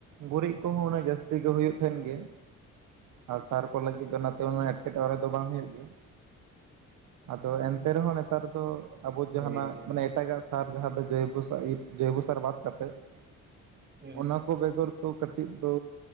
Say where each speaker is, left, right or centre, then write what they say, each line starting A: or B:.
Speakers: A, on the right; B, on the right.
A: ᱜᱩᱨᱤᱡ ᱠᱚᱦᱚᱸ ᱩᱱᱟᱹᱝ ᱡᱟᱹᱥᱛᱤ ᱜᱮ ᱦᱩᱭᱩᱜᱳ ᱛᱟᱦᱮᱱ ᱜᱮ ᱟᱨ ᱥᱟᱨ ᱠᱚ ᱞᱟᱹᱜᱤᱫ ᱫᱚ ᱚᱱᱟᱛᱮ ᱩᱱᱟᱹᱜ ᱮᱴᱠᱮᱴᱚᱬᱮ ᱫᱚ ᱵᱟᱝ ᱦᱩᱭᱩᱜ ᱜᱮᱭᱟ ᱾ ᱟᱫᱚ ᱮᱱᱛᱮ ᱨᱮᱦᱚᱸ ᱱᱮᱛᱟᱨ ᱫᱚ ᱟᱵᱚ ᱡᱟᱦᱟᱱᱟᱜ
B: ᱦᱳᱭ ᱦᱳᱭ
A: ᱢᱟᱱᱮ ᱮᱴᱟᱜᱟᱜ ᱥᱟᱨ ᱡᱟᱦᱟᱸ ᱫᱚ ᱡᱚᱭᱵᱚ ᱡᱚᱭᱵᱚ ᱥᱟᱨ ᱵᱟᱫ ᱠᱟᱛᱮ <unintelligible>
B: ᱦᱩᱸ
A: ᱟᱠ ᱠᱚ ᱵᱮᱜᱚᱨ ᱫᱚ ᱠᱟᱹᱴᱤᱡ ᱫᱚ